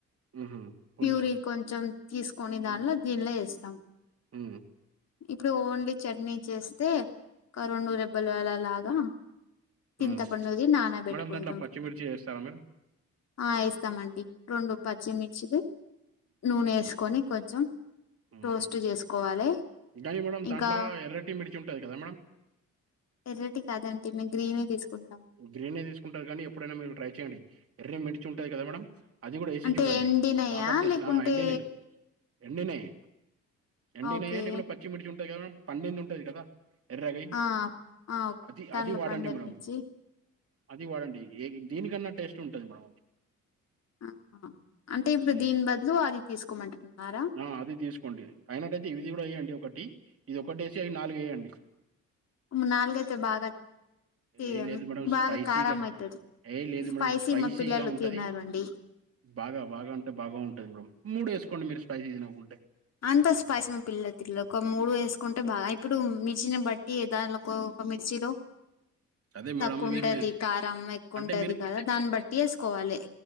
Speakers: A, on the right (about 50°); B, on the left (about 60°).
A: హుహు. పులుసు.
B: ప్యూరి కొంచెం తీసుకొని
A: హ్మ్.
B: దానిల దీనిలో ఏస్తం
A: హ్మ్.
B: ఇప్పుడు ఓన్లీ చట్నీ చేస్తే రెండు రెబ్బలు లాగా చింతపండుది
A: హ్మ్.
B: నానబెట్టుకుంటాం
A: మేడం దాంట్లో పచ్చిమిర్చి ఏస్తారా మీరు?
B: ఆ ఏస్తామండి రెండు పచ్చిమిర్చిలు నూనె వేసుకొని కొంచెం
A: హు
B: రోస్ట్
A: హు
B: చేసుకోవాలి
A: కానీ మేడం
B: ఇంకా
A: దాంట్లా ఎర్రటి మిర్చి ఉంటుంది కదా మేడం
B: ఎర్రటి కాదు ఆంటీ మేము గ్రీనే తీసుకుంటాం
A: గ్రీనే తీసుకుంటారు కానీ ఎప్పుడైనా మీరు ట్రై చేయండి ఎర్రని మిర్చి ఉంటది కదా మేడం అది కూడా ఏసీ
B: అంటే
A: చూడండి
B: ఎండినయా
A: బాగా టేస్ట
B: లేకుంటే
A: ఎండినయ్ ఎండినయ్ ఎండినేయ
B: ఓకే
A: లేకుండా పచ్చిమిర్చి ఉంటుంది కద మేడమ్ పండింది ఉంటుంది కదా ఎర్రవి
B: ఆ ఆ
A: అది
B: దానిలో
A: అది వాడండి
B: పండే
A: మేడమ్
B: మిర్చి
A: అది వాడండి ఏ దీనికన్నా టేస్ట్ ఉంటంది మామ అది
B: ఆ ఆ అంటే ఇప్పుడు
A: హ్మ్.
B: దీని బదులు అది తీసుకోమంటున్నారా
A: ఆ అది తీసుకోండి అయినట్టయితే ఇది కూడా వేయండి ఒకటి ఇది ఒకటి వేసి అవి నాలుగు వేయండి
B: నాలుగు ఐతే బాగా తీయ
A: ఏ లేదు మేడం
B: బాగా
A: స్పైసీగా
B: కారం అయితుది
A: ఏహ్! లేదు
B: స్పైసీ
A: మేడం స్పైసీగా
B: మా పిల్లలు
A: ఉంటది.
B: తిన్నారండి
A: బాగా బాగా అంటే బాగా ఉంటుంది మేమ్ మూడు వేసుకోండి మీరు స్పైసీ తినకుంటే
B: అంత స్పైస్ పిల్ల తిల్ల ఒక మూడు వేసుకుంటే బాగా ఇప్పుడు మిరు ఇచిన బట్టి దానికో ఒక మిర్చిలో
A: అదే మేడం
B: తక్కువంటది
A: మీరు
B: కారం ఎక్కువంటది
A: అంటే
B: కదా దాన్ని బట్టి వేసుకోవాలి